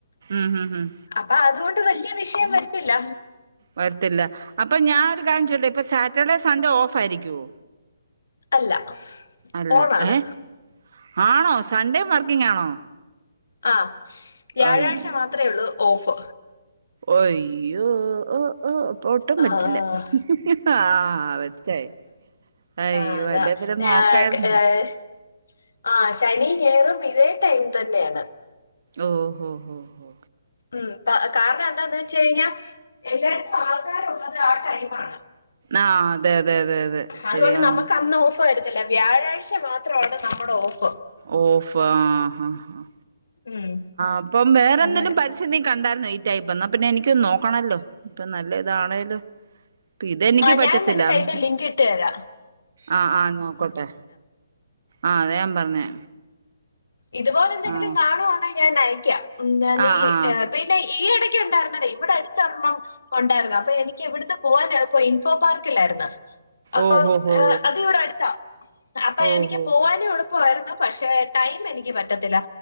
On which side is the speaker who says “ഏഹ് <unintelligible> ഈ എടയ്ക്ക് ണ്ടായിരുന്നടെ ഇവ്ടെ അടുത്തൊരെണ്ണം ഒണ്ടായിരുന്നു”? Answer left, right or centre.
Left